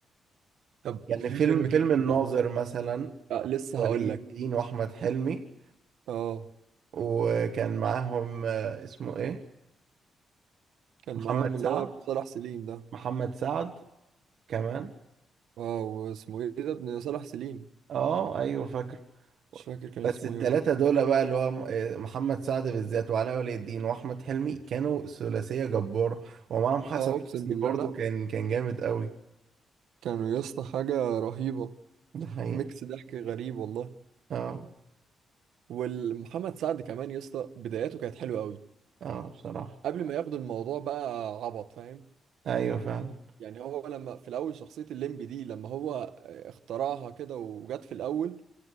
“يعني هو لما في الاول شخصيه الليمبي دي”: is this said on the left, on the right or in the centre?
Right